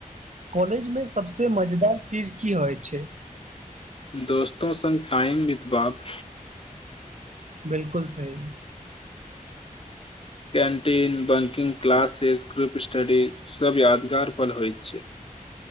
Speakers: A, on the right (about 55°); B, on the left (about 40°).
A: कॉलेज में सबसे मजेदार चीज की होय छै
B: दोस्तों सङ्ग टाइम विदबाब
A: बिलकुल सही
B: कैन्टीन बंकिंग क्लासेज ग्रुप स्टडीसभ यादगार पल होइत छै